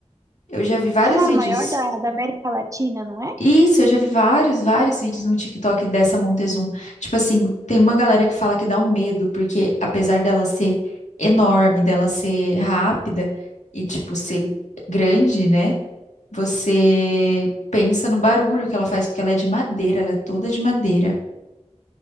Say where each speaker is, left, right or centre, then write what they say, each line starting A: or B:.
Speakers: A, on the left; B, on the right.
A: Eu já vi vários
B: Ah,
A: vídeos
B: maior da, da América Latina, não é?
A: Isso, eu já vi vários, vários vídeos no TikTok dessa Montezum. Tipo assim, tem uma galera que fala que dá um medo, porque apesar dela ser enorme, dela ser rápida e, tipo, ser grande, né? Você pensa no barulho que ela faz, porque ela é de madeira, ela é toda de madeira.